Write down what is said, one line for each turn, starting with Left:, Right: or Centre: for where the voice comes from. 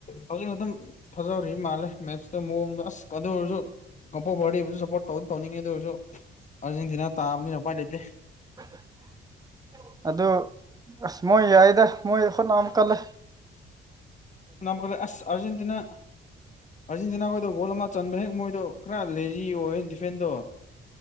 Left: ꯍꯧꯖꯤꯛꯅ ꯑꯗꯨꯝ ꯐꯖꯍꯧꯔꯤꯕ ꯃꯥꯜꯂꯦ ꯃꯦꯠ ꯇ ꯃꯑꯣꯡ ꯗꯣ ꯑꯁ ꯀ ꯑꯣꯏꯔꯁꯨ ꯑ ꯔꯗꯕꯨꯁꯨ ꯁꯞꯄꯣꯔꯠ ꯇꯧꯅ ꯇꯧꯅꯤꯡꯉꯦ ꯑꯗꯨ ꯑꯣꯏꯔꯁꯨ ꯑꯥꯖꯦꯟꯇꯤꯅꯥ ꯇꯥꯕꯅꯤꯅ ꯎꯄꯥꯏ ꯂꯩꯇꯦ
Right: <unintelligible> ꯑꯗꯣ ꯑꯁ ꯃꯣꯏ ꯌꯥꯏꯗ ꯃꯣꯏ ꯍꯣꯠꯅ ꯀꯜ ꯂꯦ
Left: ꯅꯝ ꯀꯜꯂꯦ ꯑꯁ ꯑꯔꯖꯦꯟꯇꯤꯅꯥ ꯑꯔꯖꯦꯟꯇꯤꯅꯥ ꯀ ꯗꯣ ꯒꯣꯜ ꯑꯃ ꯆꯟꯕ ꯍꯦꯛ ꯃꯣꯏꯗꯣ ꯈꯔ ꯂꯦꯖꯤ ꯑꯣꯏꯦ ꯗꯤꯐꯦꯟꯗꯣ